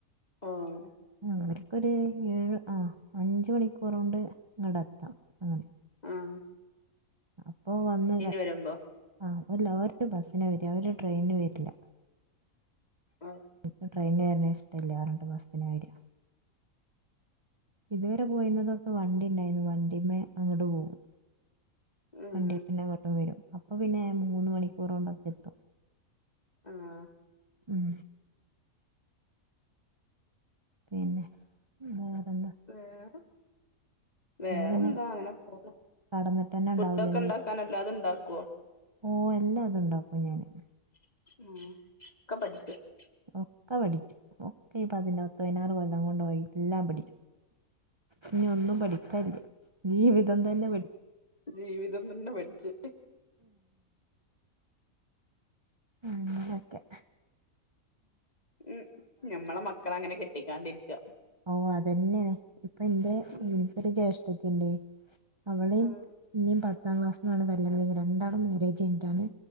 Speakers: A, on the left (about 30°); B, on the right (about 20°).
A: <unintelligible>
B: ആഹ് അവർക്കൊരു ഏഴ് ആഹ് അഞ്ച് മണിക്കൂറണ്ട് വടെ എത്താം അങ്ങനെ
A: ആഹ്
B: അപ്പോ വന്ന് ര
A: വരുമ്പോ
B: ആഹ് ഒരു ബസിന വര ഒരു ട്രെയിനിന് വര്ല്ല
A: ആ
B: എനി ട്രെയിന് വര്നേ ഇഷ്ടല്ലർഞ്ഞ് ബസ്ന വര ഇതുവരെ പോയിന്നതൊക്കെ വണ്ടി ഇണ്ടായിരുന്നു വണ്ടിമ്മേ അങ്ങോട് പോകും
A: ഉം
B: വണ്ടീട്ടന്ന അങ്ങോട്ടും വരും അപ്പൊ പിന്നെ മൂന്ന് മണിക്കൂറ് കൊണ്ടെ <unintelligible>
A: ആഹ്
B: ഉം പിന്നെ പിന്നെ വേറെന്താ?
A: വേറെ വേറെന്താ
B: നിങ്ങൾ പിന്നെ
A: അങ്ങനെ പോണു
B: കടന്നിട്ട് തന്നെ
A: ഫുട്ടൊക്കെ
B: ഉണ്ടാവില്ലല്ലേ
A: ഇണ്ടാ ക്കാനെല്ലാതുണ്ടാക്കോ
B: ഓ എല്ലാ ത്ണ്ടാക്കും ഞാന്.
A: <unintelligible>
B: ഒക്കെ പഠിച്ചു ഒക്കെ ഇപ്പ പതി ഒത്ത് പതിനാറ് കൊല്ലം കൊണ്ട് പോയി എല്ലാം പഠിച്ചു. ഇനി ഒന്നും പഠിക്കാൻല്ല ജീവിതം തന്നെ പ
A: ജീവിതം തന്നെ പഠച്ച്.
B: അങ്ങനെക്കെ
A: ഉം ഞമ്മളെ മക്കളെ അങ്ങനെ കെട്ടിക്കാണ്ടിരിക്ക.
B: ഓഹ് അതന്നെണ് ഇപ്പന്റെ
A: ഉം
B: നിക്കൊരു ജ്യേഷ്ഠത്തിണ്ട്. അവളെയും
A: ഉം
B: ഇനി പത്താം ക്ലാസ്സിന്നാണ് കല്യാണം രണ്ടാള് മാരേജ് കയ്ഞ്ഞിട്ടാണ്